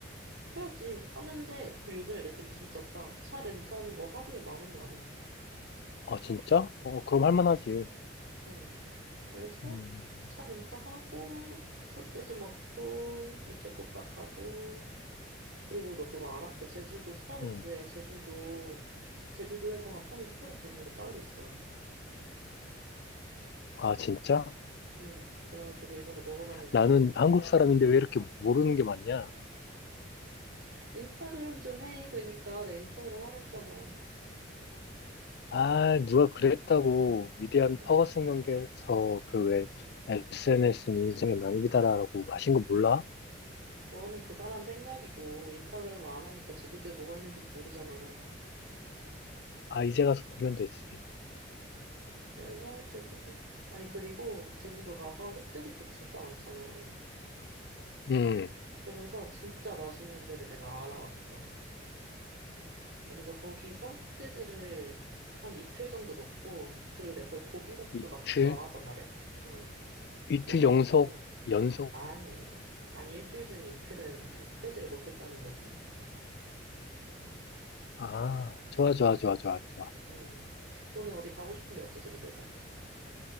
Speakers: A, on the right; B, on the left.
A: 해야지. 하는데, 그 요즘에 렌트비 진짜 싸. 차 렌트하는 거 하루에 만 원도 안 해.
B: 아, 진짜? 어, 그럼
A: 응,
B: 할 만하지.
A: 응. 그래서
B: 음,
A: 차 렌트하고, 흑돼지 먹고, 유채꽃밭 가고, 그리고 너 그거 알아? 그 제주도 스타벅스에
B: 음.
A: 제주도, 제주도에서만 파는 스타벅스 음료가 따로 있어.
B: 아, 진짜?
A: 응, 그래가지고 이번에 먹어봤는데
B: 나는
A: 맛있더라,
B: 한국
A: 야.
B: 사람인데 왜 이렇게 모르는 게 많냐?
A: 인스타그램 좀 해. 그러니까 내 인스타그램 하라 했잖아.
B: 아, 누가 그랬다고 위대한
A: <laughs>
B: 퍼거슨 경기에서 그 왜
A: 응.
B: SNS는 인생의 낭비다라고 하신 거 몰라?
A: 그거는 그 사람 생각이고, 인스타그램을 안 하니까 제주도에 뭐가 있는지도 모르잖아.
B: 아, 이제 가서 보면 되지.
A: 그래서 제주도, 아니, 그리고 제주도 가서 흑돼지집 진짜 많잖아.
B: 음,
A: 그래서 진짜 맛있는 데를 내가 알아왔어. 그래서 거기서 흑돼지를 한 이틀 정도 먹고, 그리고 내가 거기 고기국수
B: 이틀?
A: 맛집도 알왔단 말이야? 응.
B: 이틀
A: 고기국수도.
B: 연속, 연속.
A: 아니, 아니, 일주일 중에 이틀은 흑돼지를 먹겠다는 거지.
B: 아, 좋아, 좋아,
A: 응.
B: 좋아, 좋아, 좋아.
A: 응. 너는 어디 가고 싶은 데 없어, 제주도에서?